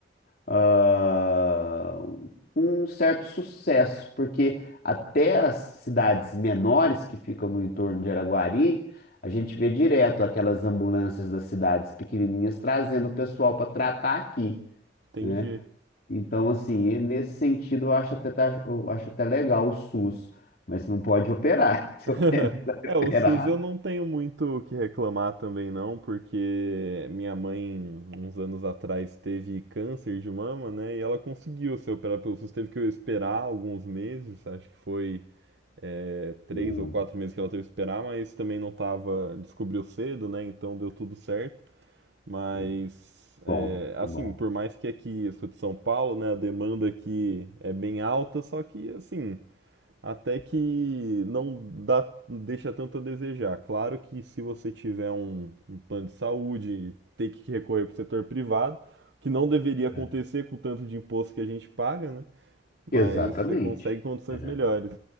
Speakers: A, on the left (about 55°); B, on the right (about 75°).
A: ah, um certo sucesso, porque até as cidades menores que ficam no entorno de Araguari, a gente vê direto aquelas ambulâncias das cidades pequenininhas trazendo o pessoal para tratar aqui,
B: Entendi.
A: né? Então, assim, e nesse sentido, eu acho até, tá- eu acho até legal o SUS, mas não pode operar. <laughs> Se
B: <laughs>
A: opera-
B: É,
A: operar,
B: o SUS eu não tenho muito o que reclamar também não, porque minha mãe, uns anos atrás, teve câncer de mama, né? E ela conseguiu ser operada pelo SUS, teve que esperar alguns meses, acho que foi é, três
A: não,
B: ou quatro meses que ela teve que esperar, mas também não tava, descobriu cedo, né? Então deu tudo certo. Mas,
A: não.
B: é,
A: Bom,
B: assim,
A: que bom.
B: por mais que aqui eu sou de São Paulo, né? A demanda aqui é bem alta, só que, assim até que não dá, deixa tanto a desejar. Claro que se você tiver um, um plano de saúde, ter que recorrer para o setor privado, que não deveria acontecer
A: É.
B: com o tanto de imposto que a gente paga, né? Mas
A: Exatamente.
B: você consegue condições
A: É.
B: melhores.